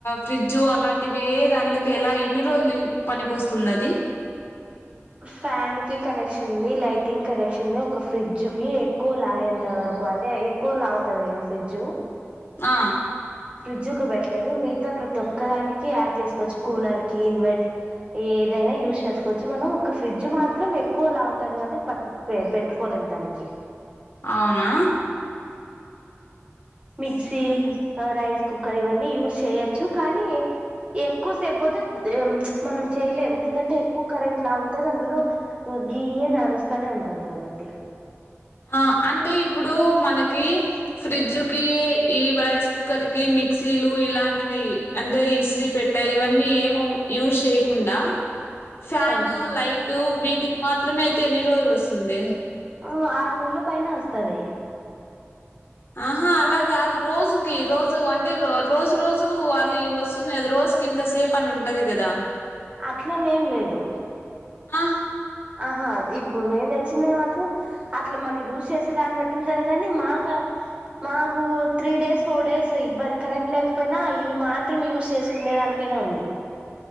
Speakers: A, on the left (about 55°); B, on the right (about 25°).
A: ఫ్రిడ్జ్ అలాంటివి దానికి ఎలా ఎన్ని రోజులు పనికొస్థాయి స్తున్దాది
B: అ ఫ్యాన్ కి కనెక్షన్ ఉంది లైటింగ్ కనెక్షన్ ఉంది ఒక ఫ్రిడ్జ్ కి ఎక్కువ లాగేంత వరకు ఎక్కు అదే ఎక్కువ లాగతాంది కాద ఫ్రిడ్జ్
A: ఆ
B: ఫ్రిడ్జ్ కు పెట్టలేదు మీతో ప్రతి ఒక్క దానికి యాడ్ చేసుకోవచ్చు కూలర్ కి ఇన్వర్ట్ ఏ ఏదైనా యూజ్ చేసుకోవచ్చు మనం ఒక ఫ్రిడ్జ్ మాత్రం ఎక్కువ లాగతాంది కాబట్టి పట్టి పెట్టుకోలేం దానికి
A: అవునా
B: మిక్సీ
A: హ్మ్ హు
B: రైస్ కుక్కర్ ఇవన్నీ యూస్ చేయొచ్చు కానీ ఎక్కువ సేపు పోతే మనం చెయలేము ఎందుకంటే ఎక్కువ కరెంట్ లా అవుతుంది అందులో గీ అనరుస్తానే ఉంటది కాబట్టి
A: ఆ అంటే ఇప్పుడు మనకి ఫ్రిడ్జ్కి ఈ రైస్ కుక్కర్ కి మిక్సీలు ఇలాంటివి అంటే ఇస్త్రీ పెట్టే ఇవన్నీ ఏమో యూజ్ చేయకుండా ఫ్యాను
B: ఆ
A: లైటు వీటికి మాత్రమే అయితే ఎన్ని రోజులొస్తుంది
B: ఓ ఆరు నెల్లు పైనే వస్తది
A: ఆహా అలాకాదు రోజుకి రోజు అంటే రో రోజు రోజు అలి వస్తుంది కదా రో స్కిన్ త సేపనుంటది కదా
B: అట్లనేం లేదు
A: ఆ
B: ఆహా అ ఇప్పుడు మేము తెచ్చింది మాత్రం అట్లా మనం యూజ్ చేసే దాన్ని బట్టి ఉంటది కానీ మాక మాకు త్రీ డేస్ ఫోర్ డేస్ ఇబ్బంది కరెంట్ లేకపోయినా ఇవి మాత్రం యూజ్ చేసుకు కునేదానికైనా ఉంది